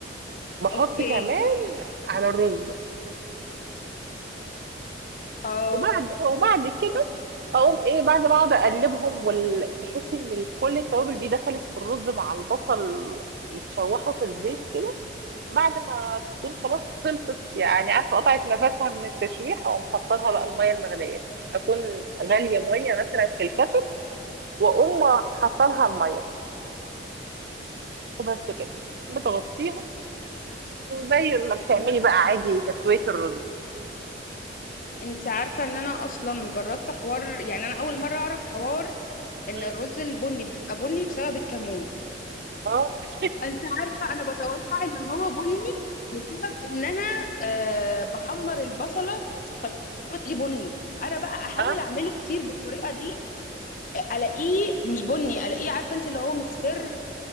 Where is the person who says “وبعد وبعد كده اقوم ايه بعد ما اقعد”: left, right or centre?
Right